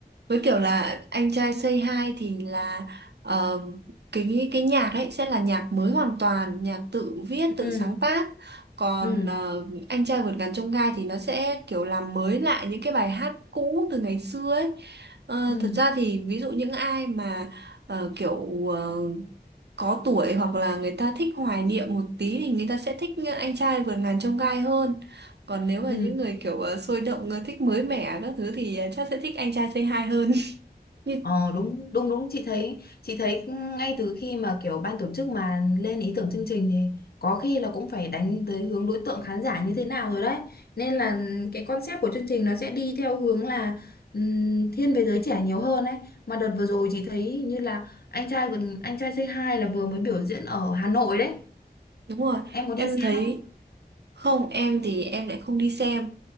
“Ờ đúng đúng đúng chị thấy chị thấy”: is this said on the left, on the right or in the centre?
Left